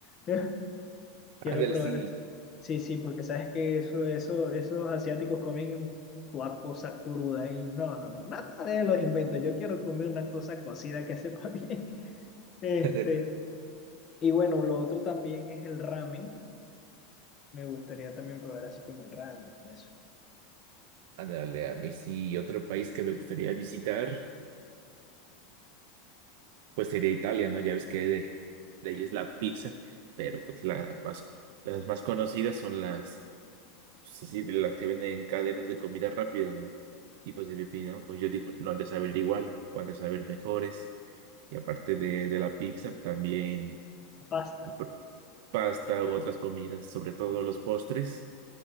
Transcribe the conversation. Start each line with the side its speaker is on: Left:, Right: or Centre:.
Left: <laughs> Quiero
Right: Ándale,
Left: probar,
Right: sí.
Left: sí, sí, porque sabes que eso, eso, esos asiáticos comen una cosa cruda y no, no, no, nada de los inventos, yo quiero comer una cosa cocida que sepa <laughs> bien. Este,
Right: <laughs>
Left: y bueno, lo otro también es el ramen. Me gustaría también probar así como el ramen y eso.
Right: Ándale, a mí sí, otro país que me gustaría visitar. Pues sería Italia, ¿no? Ya ves que de, de ahí es la pizza, pero pues la más, las más conocidas son las, pues así, de las que venden en cadenas de comida rápida, ¿no? Y pues de mi opinión, pues yo digo, no han de saber igual, o han de saber mejores. Y aparte de, de la pizza, también
Left: La pasta.
Right: pues, pr- pasta u otras comidas, sobre todo los postres,